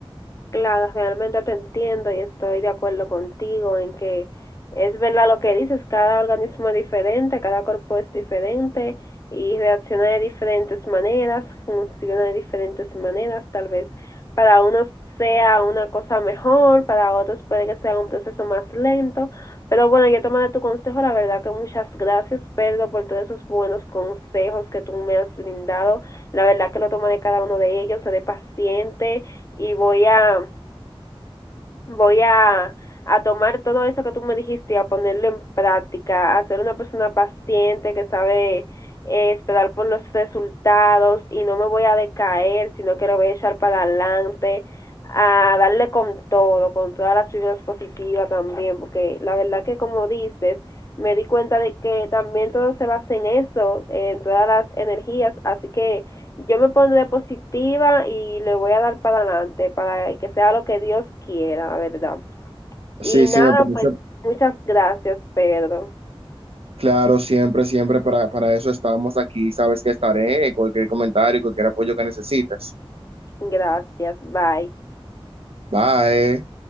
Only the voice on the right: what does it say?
Sí,
sí, me parece
Claro, siempre, siempre para, para eso estamos aquí. Sabes que estaré. Cualquier comentario, cualquier apoyo que necesites.
Bye.